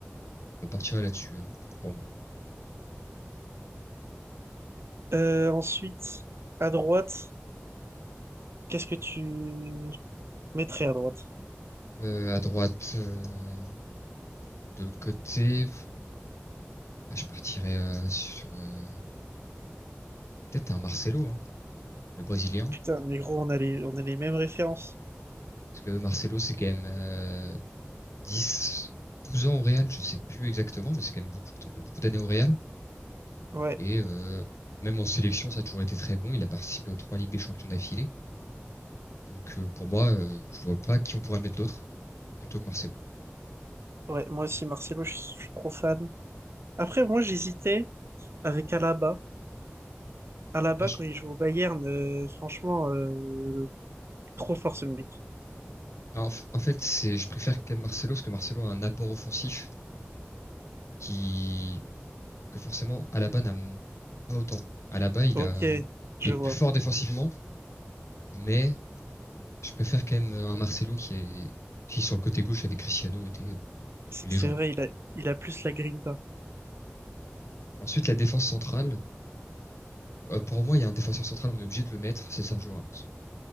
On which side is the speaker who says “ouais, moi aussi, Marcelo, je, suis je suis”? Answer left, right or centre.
Right